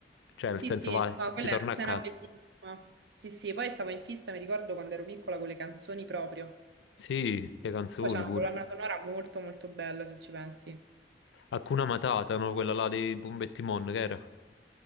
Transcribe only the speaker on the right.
Sì,
sì,
no, quella
è una
scena
bellissima. Sì, sì, poi stavo in fissa, mi ricordo quando ero piccola con le canzoni proprio.
Poi c'è una
colonna sonora molto, molto bella, se ci pensi.